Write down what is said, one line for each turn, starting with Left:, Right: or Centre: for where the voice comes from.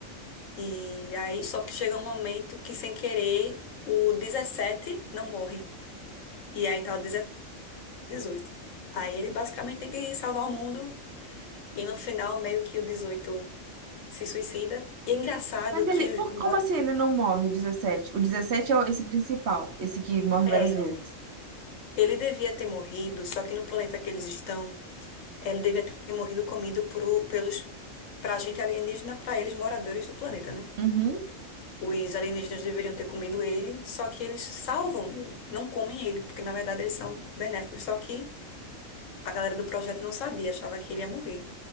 Left: E aí, só que chega um momento que, sem querer, o 17 não morre. E aí tá o 18. Aí ele basicamente tem que salvar o mundo. E no final, meio que o 18 se suicida. E é engraçado
Right: Mas ele,
Left: que. o-
Right: por- como assim ele não morre, o 17? O 17 é o- esse principal, esse que morre várias
Left: É,
Right: É. vezes.
Left: ele devia ter morrido, só que no planeta que eles estão, ele devia ter morrido comido por, o- pelos. Pra gente alienígena, pra eles moradores do planeta, né?
Right: Uhum.
Left: Os alienígenas deveriam ter comido ele, só que eles salvam ele, não comem ele, porque na verdade eles são benéficos. Só que a galera do projeto não sabia, achava que ele ia morrer.